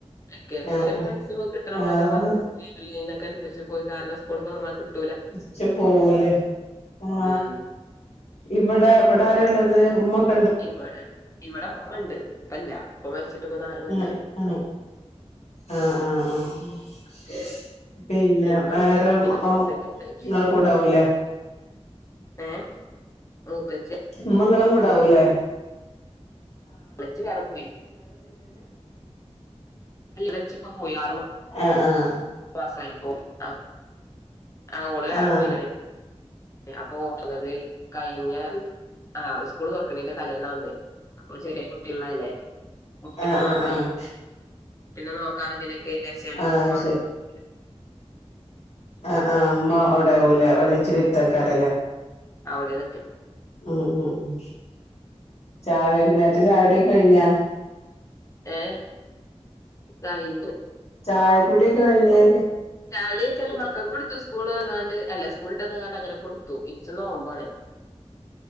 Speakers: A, on the left (about 30°); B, on the left (about 70°).
A: വെക്കേഷൽല്
B: ആഹ്
A: മാക്സിമം കിട്ടണ
B: ആഹ് ആഹ്
A: മാതിരി മദ്റസ ലീവില്ലേനെക്കെ രിച്ച് പോയി കാരണം സ്കൂൾ തൊറന്ന ക്ട്ടൂ
B: ച്ച് പോവൂലെ ആ
A: ഉം
B: ഇബടെ ഇബടാരാള്ളെത്? ത് മ്മക്ക്.
A: ഇവിടെ ഇവിടെ ഉമ്മണ്ട് ഇപ്പയില്ല ഇപ്പാ മരിച്ചിട്ട് പ്പോ നാല് കൊല്ലായി.
B: ആഹ് ആഹ് ആഹ് ആഹ് ആഹ്. <unintelligible> പിന്നെ
A: ഇമ്മണ്ട്
B: വേറെ
A: പിന്നെ
B: നിങ്ങളെ
A: മൂത്തച്ചി
B: കൂടാവൂലേ.
A: ഏഹ് മുത്തച്ചി.
B: ഇമ്മ നിങ്ങടെ കൂടാവൂല്ലേ.
A: ഇളച്ചി വേറെ പോയി ഇളച്ചിപ്പ പോയിറോ
B: ആഹ് ആഹ്
A: പാസായി പോയി ആ ആ ഓള് വേറെ
B: ആഹ്
A: പോയിക്കണ്. അപ്പൊ ഓടുന്നത് കഴിഞ്ഞ ആഹ് സ്കൂള് തുറക്കണീന്റെ തലേന്നാ വന്നെ അപ്പൊ ചെറിയ കുട്ടിയള്ളല്ലേ. കുട്ടിനെ
B: ആഹ്
A: നോക്കാന്
B: ആഹ് ആഹ് ആഹ്
A: കുട്ടിനെ നോക്ക ക <unintelligible> കഴിഞ്ഞരപ്പ
B: അത്
A: ഉമ്മ അവിടെ എ
B: ആ ആ അമ്മ അവിടെയാവലേ ഇളയച്ചി എത്തക്കാരല്ലേ
A: അവിടെനിക്കൽ
B: ആഹ ഉ ഉ ചായ വൈകുനേരത്തെ ചായ കുടി കഴിഞ്ഞാ
A: ഏഹ കഴിഞ്ഞു
B: ചായ കൂടി കഴിഞ്ഞോ
A: ചായ കുടി ചോയിച്ചാൽ മക്കൾ ക്ക് കൊടുത്തു സ്കൂൾ വിട്ടാന്നക്കാണ്ട് അങ്ങനെ കൊടുത്തു ഇച്ച് നോമ്പ് ആണ്